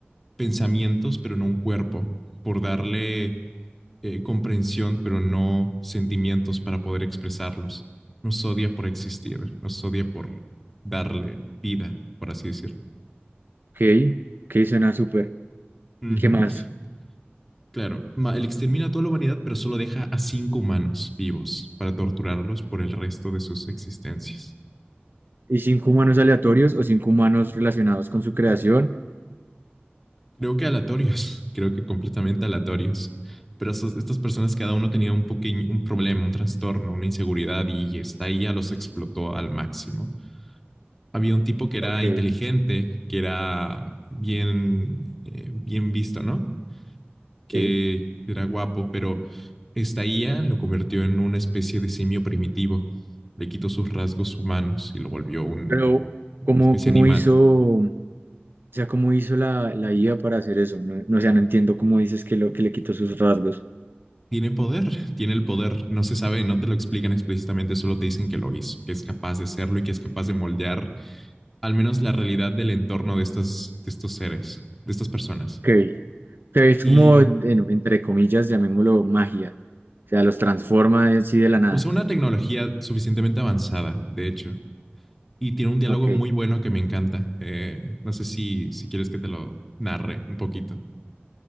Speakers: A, in the centre; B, on the right (about 60°).
A: pensamientos, pero no un cuerpo, por darle eh, comprensión, pero no sentimientos para poder expresarlos. Nos odia por existir, nos odia por darle vida, por así decirlo.
B: Ok, ok, suena súper.
A: Uh
B: ¿Y qué
A: -huh.
B: más?
A: Claro, él extermina a toda la humanidad, pero solo deja a cinco humanos vivos para torturarlos por el resto de sus existencias.
B: ¿Y cinco humanos aleatorios o cinco humanos relacionados con su creación?
A: creo que aleatorios, <laughs> creo que completamente aleatorios. Pero esos- estas personas, cada uno tenía un pequeño, un problema, un trastorno, una inseguridad y esta IA los explotó al máximo. Había un tipo que era
B: Ok,
A: inteligente, que era bien, eh, bien visto, ¿no? Que
B: sí.
A: era guapo, pero esta IA lo convirtió en una especie de simio primitivo. Le quitó sus rasgos humanos y lo volvió un-
B: Pero,
A: una
B: ¿cómo,
A: especie
B: cómo
A: animal.
B: hizo, o sea, cómo hizo la, la IA para hacer eso? No, no, o sea, no entiendo cómo dices que, lo, que le quitó sus rasgos.
A: Tiene poder, tiene el poder, no se sabe, no te lo explican explícitamente, solo te dicen que lo hizo, que es capaz de hacerlo y que es capaz de moldear al menos la realidad del entorno de, estas, de estos seres, de estas personas.
B: Ok. Pero es
A: Y
B: como, en- entre comillas, llamémoslo magia. O sea, los transforma así de la nada.
A: usa una tecnología suficientemente avanzada, de hecho, y tiene un diálogo
B: Ok.
A: muy bueno que me encanta. Eh, no sé si, si quieres que te lo narre un poquito.